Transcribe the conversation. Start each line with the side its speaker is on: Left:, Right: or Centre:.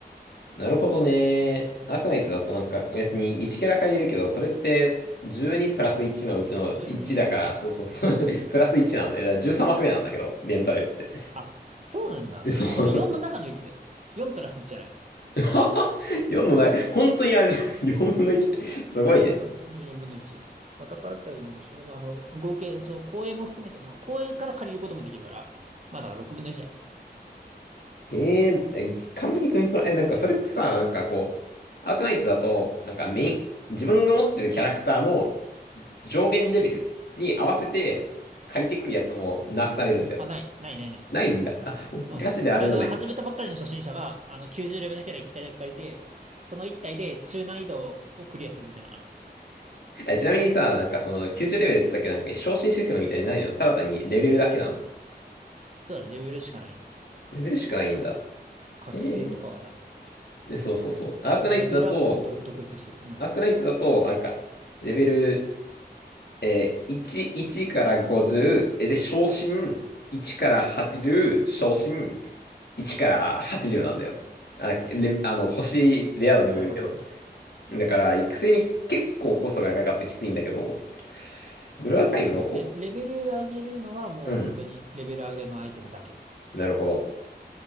Left: なるほどね。アーカナイツだとなんか別に1キャラ借りるけど、それって12プラス1のうちの1だから、
Right: そう、12の1。
Left: そうそうそう、<laughs> プラス1なんだよ。だから13幕目なんだけど、レンタルって。
Right: あ、そうなんだ。
Left: えそう。
Right: 俺4の中の1だよ。4プラス1じゃない。
Left: <laughs> 4のない、本当にあれ、4分の1。すごいね。
Right: そう、本当に4分の1。戦った4分の1。まあ、その合計、その公営も含めても、公営から借りることもできるから、まあだから6分の1だね。
Left: へえ、え完全に組み込まえ、なんかそれってさ、なんかこう、アークナイツだと、なんかメイン、
Right: うん。
Left: 自分が持ってるキャラクターの上限レベルに合わせて借りてくるやつもナーフされるんだよ。
Right: うん。あ、ない、ない、ない、ない。
Left: ないんだ。あ、
Right: うん。
Left: ガチであれので。
Right: あれだ、始めたばっかりの初心者が、あの、90レベルのキャラ1体だけ借りて、その1体で中難易度をクリアするみたいなのがある。
Left: ちなみにさ、なんかその90レベルって言ったけど、なんか昇進システムみたいにないのただ単にレベルだけなの。
Right: そうだね、レベルしかないね。
Left: レベルしかないんだ。
Right: 覚醒とかはない。
Left: へえ。そうそうそう。アークナイトだと、
Right: レベルはもうど独立してる。うん。
Left: アークナイトだと、なんか、レベル、えー、1、いちから50、え、で、昇進1から80、昇進1から80なんだよ。あ、レ、あの、星、レア度にもよるけど。
Right: なるほどね。
Left: だから、育成に結構コストがかかってきついんだけど、ブルーアーカイブのこ、
Right: そうだね、レ、レベル上げるのはもう本当にレベル上げのアイテムだけ。
Left: うん、なるほど。